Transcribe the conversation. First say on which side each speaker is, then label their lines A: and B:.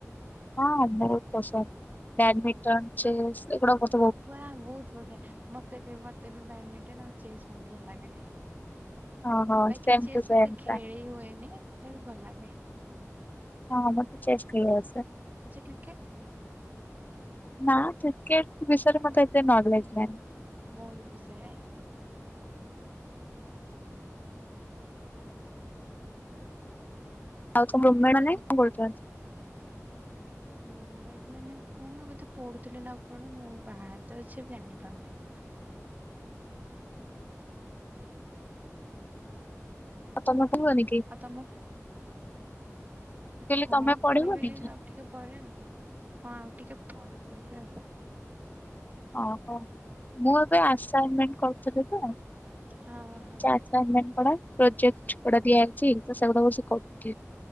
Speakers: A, on the left; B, on the right.
A: ହଁ ବହୁତ ପସନ୍ଦ ବ୍ୟାଡମିଣ୍ଟନ, ଚେସ, ଏଇଗୁଡା ପ
B: ୱାଉ ବହୁତ ବଢିଆ ମତେ ବି ମତେ ବି ବ୍ୟାଡମିଣ୍ଟନ ଆଉ ଚେସ୍ ବହୁତ ଭଲ ଲାଗେ।
A: ହଁ ହଁ
B: ବାକି
A: ସେମ୍
B: ଚେସ୍
A: ଟୁ ସେମ୍।
B: ଏତେ ଖେଳି ହୁଏନି ତଥାପି ଭଲ ଲାଗେ।
A: ହଁ ଆମ ତ ଚେସ୍ ଖେଳୁ ଆସେ।
B: ଆଚ୍ଛା କ୍ରିକେଟ୍?
A: ନା କ୍ରିକେଟ ବିଷୟରେ ମତେ ଏତେ ନଲେଜ୍ ନାହିଁ।
B: ମୁଁ ବି ବିସେୟ।
A: ଆଉତମ
B: କ୍ରିକେଟ୍
A: <unintelligible>
B: ତ
A: କଣ କରୁଛନ୍ତି?
B: ରୁମେଟ୍ ମାନେ କଣ ବୋଧେ ପଢୁଥିଲେ ନା କଣ ମୁଁ ବାହାରେ ତ ଅଛି ଜାଣିପାରୁନି?
A: ତମ କୁହନି କି?
B: ଆଉ ତମର?
A: ମୁଁ କହିଲି
B: ହଁ
A: ତମେ ପଢିବନି
B: ପଢିବେ ଏ
A: କି
B: ଆଉ ଟିକେ ପରେ ଆଉ ହଁ ଆଉ ଟିକେ ପରେ ପଢିବେ ଆଉ।
A: ଓହୋ ମୁଁ ଏବେ ଆସାଇନମେଣ୍ଟ କରୁଥିଲି ତ।
B: ହଁ ହଁ।
A: ଆସାଇନମେଣ୍ଟ ପରେ ପ୍ରୋଜେକ୍ଟ ଗୁଡ଼ା ଦିଆଯାଇଛି ତ ସେଗୁରା ବସିକି କରୁଛି।